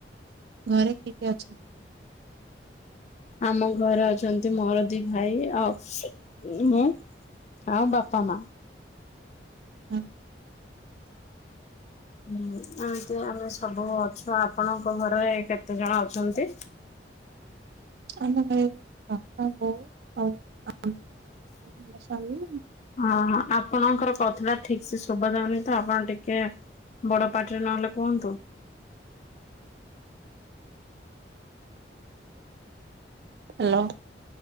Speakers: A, on the right; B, on the left.
A: ଘରେ କିଏ କିଏ ଅଛ
B: ଆମ ଘରେ ଅଛନ୍ତି ମୋର ଦି ଭାଇ ଆଉ ମୁଁ। ଆଉ ବାପା ମା।
A: ହୁଁ।
B: ହୁଁ ଏମିତି ଆମେ ସବୁ ଅଛୁ ଆପଣଙ୍କ ଘରେ କେତେ ଜଣ ଅଛନ୍ତି?
A: ଆମ ଘରେ ବାପା ବୋଉ ଆଉ ଆମେ ସ୍ବାମୀ
B: ହଁ ହଁ ଆପଣ କଥାଟା ଠିକ ସେ ଶୁଭା ଯାଉନି ତ ଆପଣ ଟିକେ ବଡ ପାଟିରେ ନହେଲେ କୁହନ୍ତୁ।
A: ହାଲୋ।